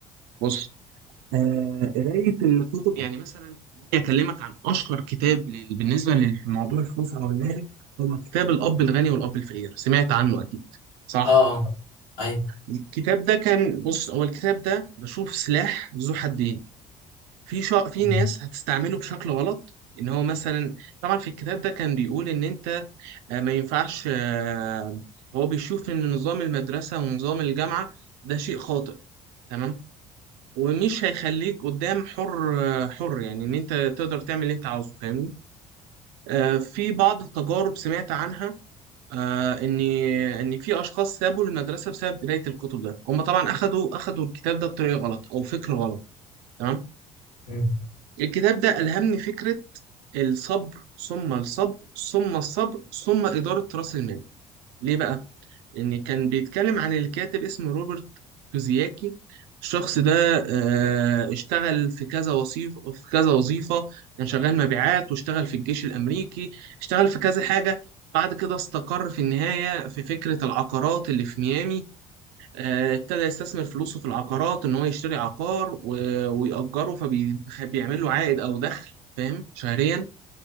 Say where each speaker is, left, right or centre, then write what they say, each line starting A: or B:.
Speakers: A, on the right; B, on the left.
A: بص آه، قراية الكتب يعني مثلا خليني أكلمك عن أشهر كتاب لل- بالنسبة لموضوع الفلوس أو المال هو كتاب الأب الغني والأب الفقير سمعت عنه أكيد صح؟
B: اه اه أيوه
A: الكتاب ده كان بص هو الكتاب ده بشوف سلاح ذو حدين في شا... في
B: م-
A: ناس هتستعمله بشكل غلط إن هو مثلا طبعا في الكتاب ده كان بيقول إن أنت آه، ما ينفعش آه، هو بيشوف إن نظام المدرسة ونظام الجامعة ده شيء خاطئ تمام ومش هيخليك قدام حر حر يعني ان انت تقدر تعمل اللي انت عاوزه فاهمني آه، في بعض التجارب سمعت عنها آه، ان ان في اشخاص سابوا المدرسه بسبب قرايه الكتب ده هم طبعا اخدوا اخدوا الكتاب ده بطريقه غلط او فكر غلط تمام
B: م-
A: الكتاب ده الهمني فكره الصبر ثم الصبر ثم الصبر ثم اداره راس المال ليه بقى يعني كان بيتكلم عن الكاتب اسمه روبرت كوزياكي الشخص ده آه، اشتغل في كذا وظيفة في كذا وظيفة كان شغال مبيعات واشتغل في الجيش الأمريكي اشتغل في كذا حاجة بعد كده استقر في النهاية في فكرة العقارات اللي في ميامي آه، ابتدى يستثمر فلوسه في العقارات إن هو يشتري عقار و- ويأجره فبيعمل له عائد أو دخل فاهم شهريا